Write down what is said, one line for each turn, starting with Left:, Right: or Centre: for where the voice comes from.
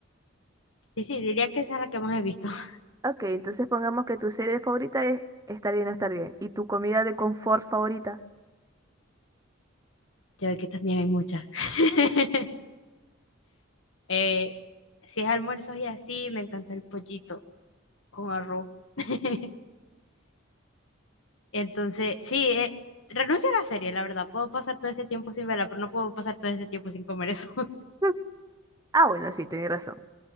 Left: Sí, sí, diría que esa es la que más he visto. <laughs>
Right: Ok, entonces pongamos que tu serie favorita es Estar bien o estar bien. ¿Y tu comida de confort favorita?
Left: Yo de que también hay muchas. <laughs> Eh, si es almuerzos y así, me encanta el pollito con arroz. <laughs> Entonces, sí, eh, renuncio a la serie, la verdad. Puedo pasar todo ese tiempo sin verla, pero no puedo pasar todo ese tiempo sin comer eso. <laughs>
Right: <laughs> Ah, bueno, sí, tenés razón.